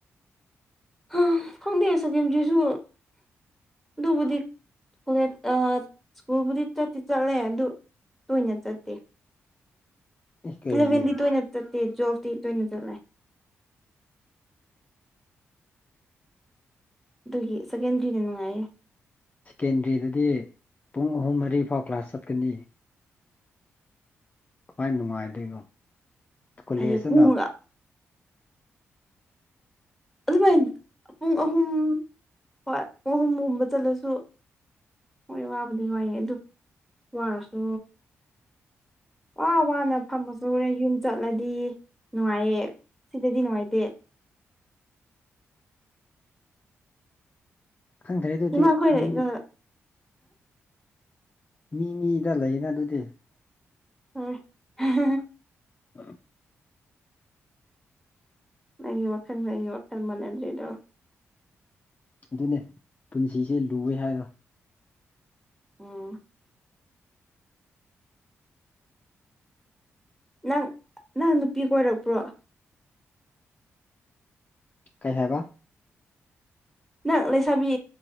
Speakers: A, in the centre; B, on the left.
A: ꯍꯥ ꯈꯪꯗꯦ ꯁꯦꯀꯦꯟꯗ꯭ꯔꯤꯁꯨ ꯑꯗꯨꯕꯨꯗꯤ ꯀꯣꯂꯦꯖ ꯏꯁꯀꯨꯜꯕꯨꯗꯤ ꯆꯠꯇꯤ ꯆꯠꯂꯦ ꯑꯗꯨ ꯇꯣꯏꯅ ꯆꯠꯇꯦ
B: ꯑꯦ ꯀꯩꯒꯤ
A: ꯏꯂꯚꯦꯟꯗꯤ ꯇꯣꯏꯅ ꯆꯠꯇꯦ ꯇꯨꯌꯦꯞꯇꯤ ꯇꯣꯏꯅ ꯆꯠꯂꯦ ꯑꯗꯨꯒꯤ ꯁꯦꯀꯦꯟꯗ꯭ꯔꯤꯅ ꯅꯨꯡꯉꯥꯏꯌꯦ
B: ꯁꯦꯀꯦꯟꯗ꯭ꯔꯤꯗꯗꯤ ꯄꯨꯡ ꯑꯍꯨꯝ ꯃꯔꯤ ꯐꯥꯎ ꯀ꯭ꯂꯥꯁ ꯆꯠꯀꯅꯤ ꯀꯃꯥꯏ ꯅꯨꯡꯉꯥꯏꯗꯣꯏꯅꯣ ꯀꯣꯂꯦꯖꯇꯅ
A: ꯂꯥꯏꯔꯤꯛ ꯄꯨꯔꯒꯥ ꯑꯗꯨꯃꯥꯏꯅ ꯄꯨꯡ ꯑꯍꯨꯝ ꯍꯣꯏ ꯄꯨꯡ ꯑꯍꯨꯝ ꯒꯨꯝꯕ ꯆꯠꯂꯁꯨ ꯍꯣꯏ ꯋꯥꯕꯨꯗꯤ ꯋꯥꯏꯑꯦ ꯑꯗꯨ ꯋꯥꯔꯁꯨ ꯑꯥ ꯋꯥꯅ ꯐꯝꯃꯁꯨ ꯍꯨꯔꯦꯟ ꯌꯨꯝ ꯆꯠꯂꯗꯤ ꯅꯨꯡꯉꯥꯏꯌꯦ ꯁꯤꯗꯗꯤ ꯅꯨꯡꯉꯥꯏꯇꯦ
B: ꯈꯪꯗ꯭ꯔꯦ ꯑꯗꯨꯗꯤ
A: ꯏꯃꯥ ꯈꯣꯏꯒ
B: ꯃꯤ
A: ꯑꯩꯒ
B: ꯃꯤ ꯃꯤꯗ ꯂꯩꯌꯦꯗ ꯑꯗꯨꯗꯤ
A: ꯍꯣꯏ <unintelligible>
B: ꯍꯝ
A: ꯅꯪꯒꯤ ꯋꯥꯈꯜꯒ ꯑꯩꯒꯤ ꯋꯥꯈꯜꯒ ꯃꯥꯟꯅꯗ꯭ꯔꯤꯗꯣ
B: ꯑꯗꯨꯅꯦ ꯄꯨꯟꯁꯤꯁꯦ ꯂꯨꯏꯋꯦ ꯍꯥꯏꯗꯣ
A: ꯎꯝ ꯅꯪ ꯅꯪ ꯅꯨꯄꯤ ꯀꯣꯏꯔꯛꯄ꯭ꯔꯣ
B: ꯀꯩ ꯍꯥꯏꯕ
A: ꯅꯪ ꯂꯩꯁꯥꯕꯤ